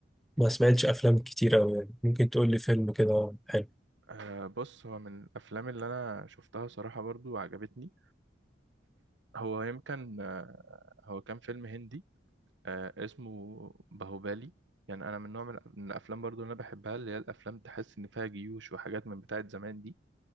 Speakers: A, in the centre; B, on the right.
A: ما سمعتش افلام كتير قوي يعني ممكن تقول لي فيلم كده حلو
B: آه بص هو من الافلام اللي انا شفتها صراحة برضو عجبتني هو يمكن آه هو كان فيلم هندي آه اسمه باهوبالي يعني انا من نوع من من الافلام برضو اللي انا بحبها اللي هي الافلام تحس ان فيها جيوش وحاجات من بتاعه زمان دي